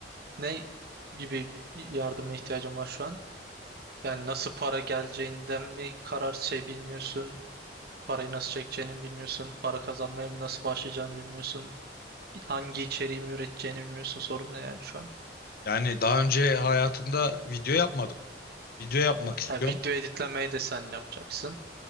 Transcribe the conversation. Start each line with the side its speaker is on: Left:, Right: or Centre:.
Right: Ne gibi bir yardıma ihtiyacım var şu an? Yani nasıl para geleceğinden mi karar şey bilmiyorsun? Parayı nasıl çekeceğini bilmiyorsun. Para kazanmaya mı nasıl başlayacağını bilmiyorsun. Hangi içeriği mi üreteceğini bilmiyorsun. Sorun ne yani şu an?
Left: Yani daha önce hayatımda video yapmadım. Video yapmak istiyorum.
Right: Ha, video editlemeyi de sen yapacaksın.